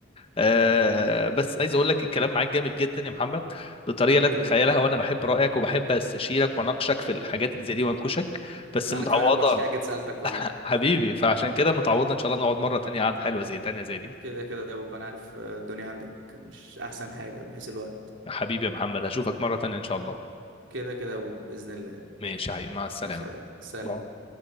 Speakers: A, on the left (about 30°); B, on the right (about 85°).
A: آه بس عايز اقول لك الكلام معاك جامد جدا يا محمد بطريقه
B: حبيبي
A: لا تتخيلها
B: يا ابو
A: وانا بحب رايك وبحب استشيرك واناقشك في الحاجات اللي زي دي وانكشك بس
B: انا
A: متعوضه
B: كمان ابو عشان كده جيت سالتك والله
A: <laughs> حبيبي فعشان كده متعوضه ان شاء الله نقعد مره تانية قعده حلوه زي تانية زي دي
B: كده كده يا بوب انا عارف آه، الدنيا عندك مش احسن حاجة من حيث الوقت
A: حبيبي يا محمد هشوفك مره تانية ان شاء الله
B: كده كده يا بوب بإذن الله
A: ماشي يا حبيبي مع السلامة
B: ان شاء الله سلام
A: باي.